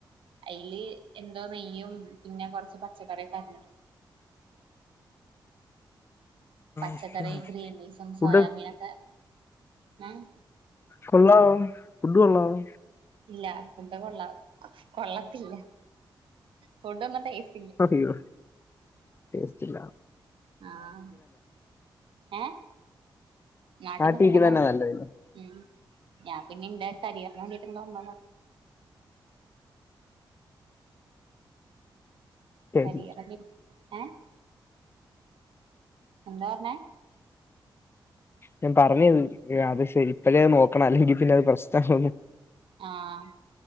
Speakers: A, on the right (about 85°); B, on the left (about 30°).
A: അയ്ല് എന്തോ നെയ്യും പിന്നെ കൊർച്ച് പ ച്ചക്കറിയൊക്കെ അര്ഞ്ട്ട് പച്ചക്കറിം,
B: ഓക്കെ
A: ഗ്രീൻബീൻസും,
B: ഫുഡ്
A: സോയാബീനൊക്കെ ഏഹ്
B: കൊള്ളാവോ ഫുഡ് കൊള്ളാവോ?
A: ഇല്ല ഫുഡ് കൊള്ള കൊള്ളത്തില്ല ഫുഡൊന്നും ടേസ്
B: അതെയോ ടെസ്റ്റ്‌ല്ല
A: ആഹ് ഏഹ് നാട്ടിൽ
B: നാട്ടിരിക്കുന്നന്നെ
A: നിക്ണതന്നെ നല്ലഹ്
B: നല്ലതല്ലേ
A: മ്മ് ഞാൻ പിന്നെ ഇന്റെ കരിയറിന് വേണ്ടിട്ട് ഇങ്ങട് വന്നതാ
B: ശരി,
A: കരിയറ വിൽ ഏഹ് എന്താ പർഞ്ഞേ
B: ഞാൻ പറഞ്ഞ <unintelligible> അത് ശെരി ഇപ്പയെ നോക്കണം അല്ലെങ്കി പിന്നെ അത് പ്രശ്നാവുന്ന്
A: ആഹ്